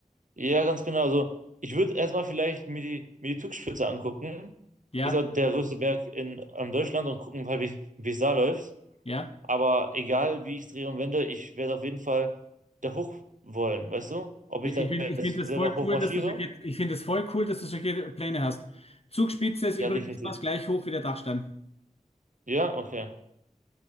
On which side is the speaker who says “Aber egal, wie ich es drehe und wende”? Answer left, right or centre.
Right